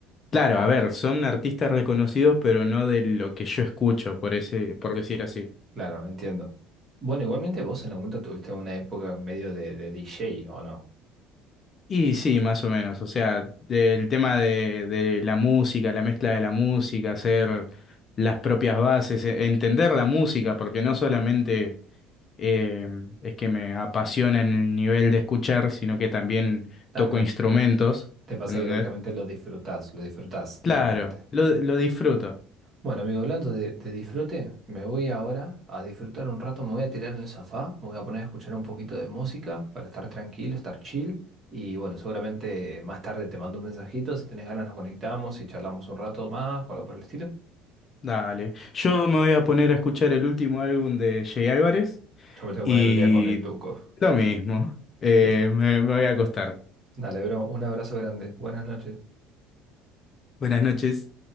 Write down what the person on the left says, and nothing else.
Claro, a ver, son artistas reconocidos, pero no de lo que yo escucho, por ese, por decir así.
Y sí, más o menos. O sea, del tema de, de la música, la mezcla de la música, hacer las propias bases, e- entender la música, porque no solamente eh, es que me apasiona en el nivel de escuchar, sino que también
toco
instrumentos,
¿entendés?
Claro,
lo, lo disfruto.
Dale. Yo me voy a poner a escuchar el último álbum de Jay Álvarez
y
lo mismo. Eh,
me, me voy a acostar.
Buenas noches.